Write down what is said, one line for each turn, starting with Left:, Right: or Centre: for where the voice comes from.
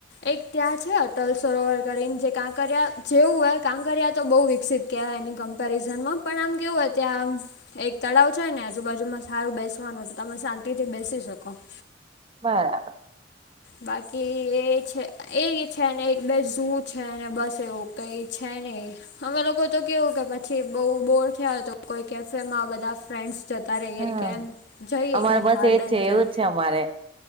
Left: એક ત્યાં છે, અટલ સરોવર કરીને, જે કાંકરિયા જેવું. કાંકરિયા તો બહુ વિકસિત- -કેવાય એની કમ્પેરિઝનમાં પણ કેવુંય ત્યાં આ- એક તળાવ છે ને સારું બેસવાનું છે તમે શાંતિ થી બેસી શકો. -
Right: બરાબર.
Left: બાકી એ છે છે ને એક બે ઝુ ને બસ એવું કઈ છે ને- -અમે લોકો તો કેવું કે, પછી બઉ બોર થયા તો કોઈ કેફેમાં બધા ફ્રેન્ડ્સ- જતા રહીએ
Right: હા
Left: કેમ જઈએ
Right: અમારે
Left: કે
Right: બસ
Left: ગાર્ડન
Right: એજ છે
Left: કેમ
Right: એવું જ છે અમારે